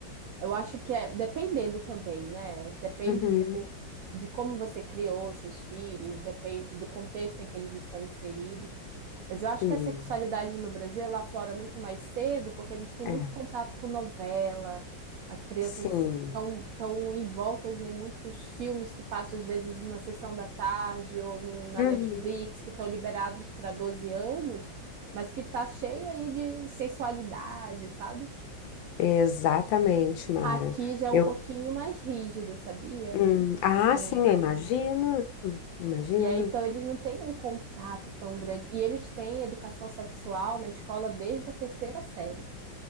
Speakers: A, on the right; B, on the left.
A: Eu acho que é dependendo também, né? Depende
B: Uhum,
A: do, de como você criou seus filhos, depende do contexto em que eles estão inseridos. Mas eu acho
B: sim,
A: que a sexualidade no Brasil ela aflora muito mais cedo, porque a gente tem
B: é,
A: muito contato com novela, as crianças
B: sim.
A: estão tão envoltas em muitos filmes que passam às vezes na sessão da tarde ou no- na
B: Uhum.
A: Netflix, que estão liberados para 12 anos, mas que tá cheio aí de sensualidade, sabe?
B: Exatamente, Mara.
A: Aqui já é um
B: Eu,
A: pouquinho mais rígido, sabia?
B: hum, ah,
A: Assim.
B: sim, eu imagino, imagino,
A: E aí, então, eles não têm um contato tão grande. E eles têm educação sexual na escola desde a terceira série.